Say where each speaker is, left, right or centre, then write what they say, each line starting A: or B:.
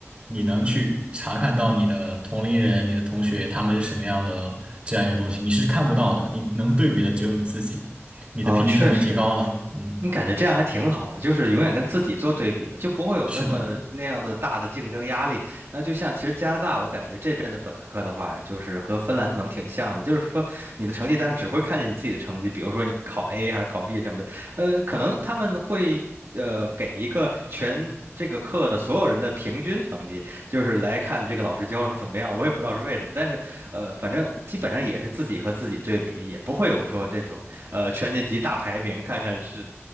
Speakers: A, on the right (about 25°); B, on the right (about 60°).
A: 你能去查看到你的同龄人、你的同学他们是什么样的这样一个东西，你是看不到的，你能对比的只有你自己，你的平均成绩提高了，
B: 哦，确实
A: 嗯，
B: 你感觉这样还挺好的，就是永远跟自己做对比嘛，就不会有那么那样的大的竞争压力。
A: 是的。
B: 然后就像其实加拿大，我感觉这边的本科的话，就是和芬兰可能挺像的，就是说你的成绩单上只会看见你自己的成绩，比如说你考 A 还是考 B 什么的，呃，可能他们会呃给一个全。这个课的所有人的平均成绩，就是来看这个老师教的怎么样。我也不知道是为什么，但是，呃，反正基本上也是自己和自己对比，也不会有说这种呃全年级大排名，看看是